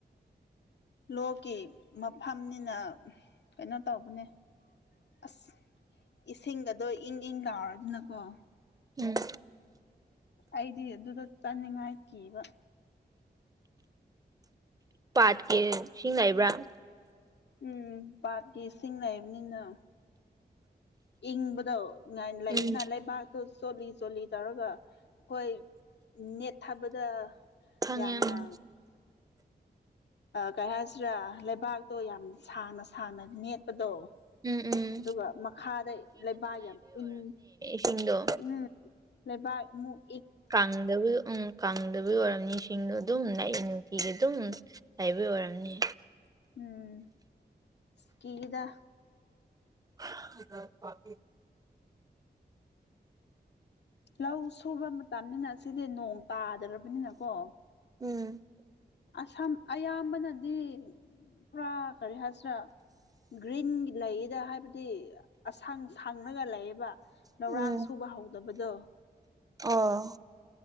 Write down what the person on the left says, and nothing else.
ꯂꯣꯛꯀꯤ ꯃꯐꯝꯅꯤꯅ ꯀꯩꯅꯣ ꯇꯧꯕꯅꯦ ꯑꯁ ꯏꯁꯤꯡꯒꯗꯣ ꯏꯪ ꯏꯪ ꯂꯥꯎꯔꯗꯅꯀꯣ
ꯑꯩꯗꯤ ꯑꯗꯨꯗ ꯆꯥꯅꯤꯡꯉꯥꯏ ꯀꯤꯕ
ꯎꯝ ꯄꯥꯠꯀꯤ ꯏꯁꯤꯡ ꯅꯩꯕꯅꯤꯅ ꯏꯪꯕꯗꯣ ꯂꯩꯗꯅ
ꯂꯩꯕꯥꯛꯇꯨ ꯆꯣꯠꯂꯤ ꯆꯣꯠꯂꯤ ꯇꯧꯔꯒ ꯑꯩꯈꯣꯏ ꯅꯦꯠ ꯊꯕꯗ
ꯌꯥꯝꯅ
ꯀꯩ ꯍꯥꯏꯁꯤꯔꯥ ꯂꯩꯕꯥꯛꯇꯣ ꯌꯥꯝꯅ ꯁꯥꯡꯅ ꯁꯥꯡꯅ ꯅꯦꯠꯄꯗꯣ
ꯑꯗꯨꯒ ꯃꯈꯥꯗ ꯂꯩꯕ ꯌꯥꯝ ꯏꯪ
ꯎꯝ ꯂꯩꯕꯥꯛ ꯃꯨꯛ
ꯎꯝ ꯁꯀꯤꯗꯥ
ꯂꯧ ꯁꯨꯕ ꯃꯇꯝꯅꯤꯅ ꯁꯤꯗꯤ ꯅꯣꯡ ꯇꯥꯗ꯭ꯔꯕꯅꯤꯅ ꯀꯣ
ꯑꯁꯝ ꯑꯌꯥꯝꯕꯅꯗꯤ ꯈꯔꯥ ꯀꯔꯤ ꯍꯥꯏꯁꯤꯔꯥ ꯒ꯭ꯔꯤꯟꯒꯤ ꯂꯩꯗ ꯍꯥꯏꯕꯗꯤ ꯑ ꯁꯪꯡ ꯁꯪꯂꯒ ꯂꯩꯏ ꯂꯧꯔꯥꯡ
ꯁꯨꯕ ꯍꯧꯗꯕꯗꯣ